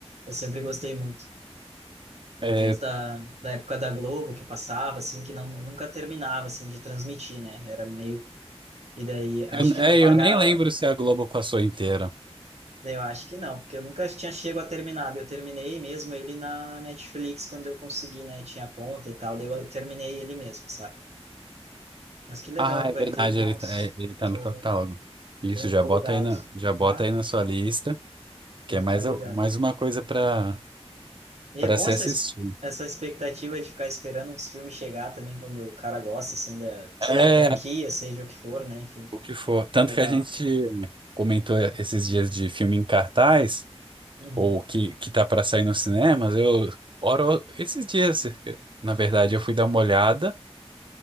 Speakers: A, on the right (about 85°); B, on the right (about 50°).
A: Eu sempre gostei muito.
B: É,
A: Desde a da época da Globo, que passava, assim, que não, nunca terminava, assim, de transmitir, né? Era meio... E daí, acho
B: eu,
A: que
B: é,
A: não pagava...
B: eu nem lembro se a Globo passou inteira.
A: Eu acho que não, porque eu nunca tinha chego a terminar. Eu terminei mesmo ele na Netflix quando eu consegui, né? Tinha conta e tal, daí eu terminei ele mesmo, sabe? Mas que legal
B: Ah, é
A: que vai
B: verdade,
A: ter, nossa,
B: ele tá, é, ele tá
A: tô,
B: no catálogo. Isso,
A: tô empolgado.
B: já bota aí na, já bota
A: Ah,
B: aí na sua lista, que
A: vou
B: é
A: ficar
B: mais,
A: ligado.
B: a- mais uma coisa para
A: E
B: para
A: é bom
B: se
A: essa,
B: assistir.
A: es- essa expectativa de ficar esperando uns filmes chegar também quando o cara gosta, assim, da, seja
B: É,
A: a franquia, seja o que for, né? Enfim,
B: o que for. Tanto
A: é legal.
B: que a gente comentou esses dias de filme em cartaz,
A: Uhum.
B: ou que, que tá para sair nos cinemas, eu, ora, esses dias, eu- na verdade, eu fui dar uma olhada,